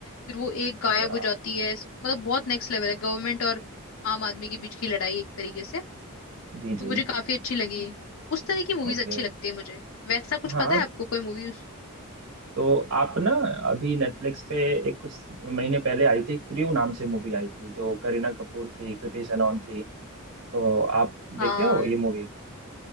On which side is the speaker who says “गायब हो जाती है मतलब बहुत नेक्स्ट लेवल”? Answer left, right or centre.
Left